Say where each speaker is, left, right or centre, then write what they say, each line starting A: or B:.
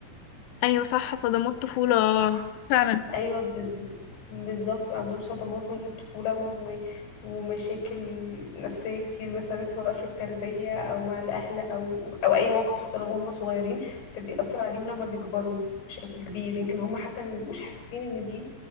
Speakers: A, on the left; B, on the left.
A: أيوة صح صدمات طفولة
B: صح؟
A: فعلا
B: أيوة بز... بالظبط بيبقى عندهم صدمات من الطفولة و... ومشاكل نفسية كتير مثلا سواء في التربية أو مع الأهل أو أو أي موقف حصل لهم وهم صغيرين فبيأثر عليهم لما بيكبروا بشكل كبير يمكن هم حتى ما بيبقوش حاسين إن دي